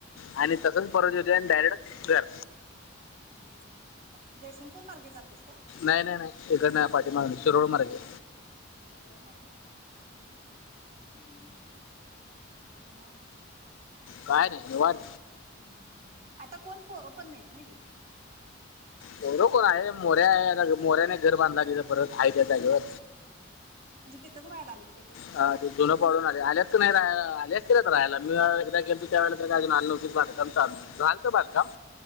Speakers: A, on the left; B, on the right.
A: आणि तसंच परत
B: हां
A: येतोय आणि डायरेक्ट घर.
B: हम्म जयसिंगपूर मार्गे जातोस काय?
A: नाय नाय नाय इकडं ना पाठीमागणं शिरोळ मार्गे
B: शिरोळ मार्गे हम्म मग
A: काय नाय निवांत.
B: हम्म. आता कोण पोरं पण नाहीत नाही तिथं
A: पोर कोन नाही. मोर्या आहे आता मोऱ्याने घर बांधा तिथ परत हाय त्या जागेवर.
B: म्हणजे तिथंच राहायला आलीत काय त्याने
A: हा ते दोन पडून आले आल्यात. नाही राहाय आल्याच के तर राहायला मी एकदा गेल त त्या वेळे त काय अजून आलं नव्हतीत बांधकाम चाल रालत बांधकाम.